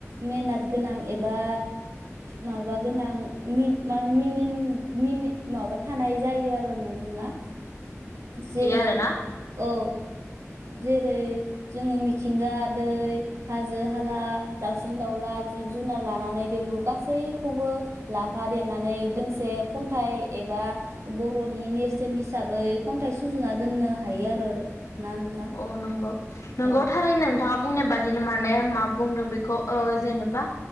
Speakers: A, on the right; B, on the left.
A: मेनोथ गोनां एबा माबा गोनां मिनिन मिनि माबा थानाय जायो आरो नोंथां ना। जेरै
B: हायो आरोना
A: औ। जेरै जोङो मिथिंगा दै हाजो हाला दाउसिन दाउला जिब जुनार लानानै बे गासैखौबो लाफा देरनानै दोंसे खन्थाइ एबा बर'नि नेरसोन हिसाबै खन्थाइ सुजुना दोननो हायो आरो। ना नोंथां
B: औ नंगौ नंगौआव
A: औ
B: थारैनो नों थांङा बुंनाय बादिनो माने मा बुंदों बेखौ ओ जेनेबा